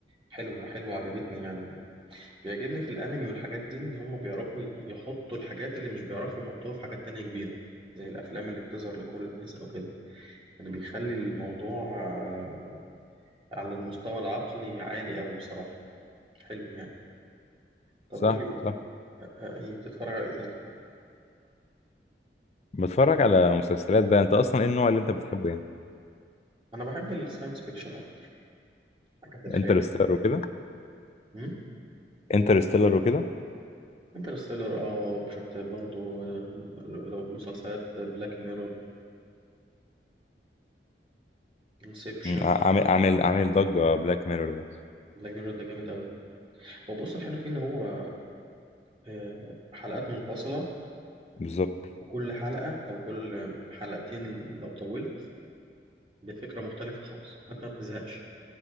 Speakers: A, on the right; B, on the left.
A: حلوة حلوة عجبتني يعني بيعجبني في الانمي والحاجات دي ان هم بيعرفوا يحطوا الحاجات اللي مش بيعرفوا يحطوها في حاجات تانية كبيرة زي الافلام اللي بتظهر لكل الناس او كده يعني بيخلي الموضوع آه، على المستوى العقلي عالي قوي بصراحة حلو يعني طب
B: صح
A: قول لي
B: صح
A: آه، إيه بتتفرج على ايه تاني
B: بتفرج على مسلسلات بقى انت اصلا ايه النوع اللي انت بتحبه يعني
A: انا بحب الساينس فيكشن اكتر حاجات الخيال
B: انترستيلر وكده
A: امم
B: انترستيلر وكده
A: انترستيلر اه شفت برضو آه، لو مسلسلات بلاك ميرور انسبشن
B: مم. عامل عامل عامل ضجة بلاك ميرور ده
A: بلاك ميرور ده جامد قوي هو بص الحلو فيه ان هو آه، حلقات منفصلة
B: بالظبط
A: وكل حلقة أو كل حلقتين لو طولت بفكرة مختلفة خالص فأنت ما بتزهقش